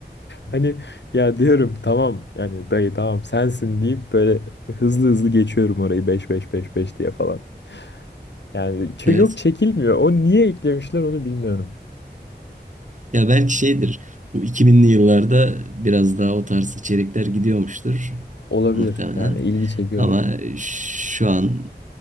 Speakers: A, on the left; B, on the right.
A: Hani ya diyorum tamam yani dayı tamam sensin deyip böyle hızlı hızlı geçiyorum orayı beş beş beş beş diye falan. Yani ç-
B: Evet.
A: yok çekilmiyor. O niye eklemişler onu bilmiyorum.
B: Ya belki şeydir. Bu 2000'li yıllarda biraz daha o tarz içerikler gidiyormuştur
A: Olabilir
B: muhtemelen.
A: yani ilgi çekiyordur.
B: Ama şu an